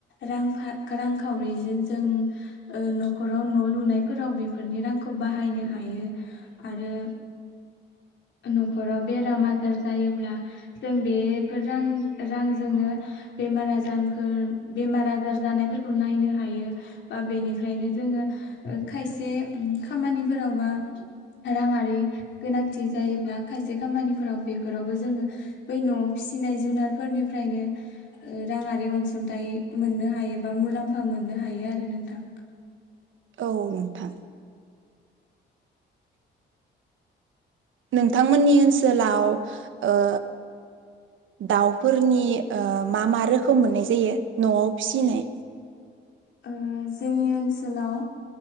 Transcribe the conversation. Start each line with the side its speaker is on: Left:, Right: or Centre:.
Left: रांफा रांखावरिजों जों ओ नखराव न लुनायफोराव बेफोरनि रांखौ बाहायनो हायो आरो नखराव बेराम आजार जायोब्ला जों बेफोर रां रांजोंनो बेमार आजारफोर बेमार आजार जानायफोरखौ नायनो हायो बा बेनिफ्रायनो जोङो ओ खायसे खामानिफोराव बा राङारि गोनां थि जायोब्ला खायसे खामानिफोराव बेफोरावबो जोङो बै नआव फिसिनाय जुनारफोरनिफ्रायनो ओ राङारि अनसुंथाइ मोननो हायोबा मुलाम्फा मोननो हायो आरो नोंथां।
Right: औ नोंथां। नोंथांमोननि ओनसोलाव ओ दाउफोरनि ओ मा मा रोखोम मोननाय जायो नआव फिसिनाय?
Left: ओ जोंनि ओनसोलाव